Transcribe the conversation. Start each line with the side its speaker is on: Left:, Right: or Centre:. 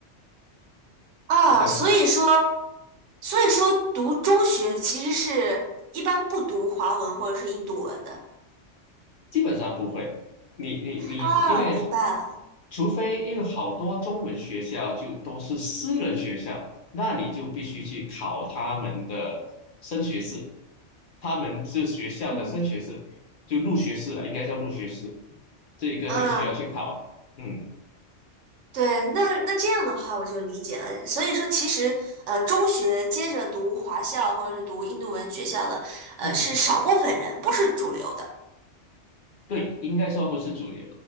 Right: 啊，
Left: 就这样子。
Right: 所以说，所以说读中学其实是一般不读华文或者是印度文的。
Left: 基本上不会。你你你，
Right: 啊，
Left: 因为
Right: 明白了。
Left: 除非因为好多中文学校就都是私人学校，那你就必须去考他们的升学试，他们是学校的升学试，
Right: 嗯
Left: 就入学试了，应该叫入学试，这个就需要去考。
Right: 嗯，
Left: 嗯
Right: 对，那那这样的话我就理解了。所以说，其实呃，中学接着读华校或者是读印度文学校的，呃，
Left: 嗯嗯，
Right: 是少部分人，不是主流的。
Left: 对，应该说不是主流，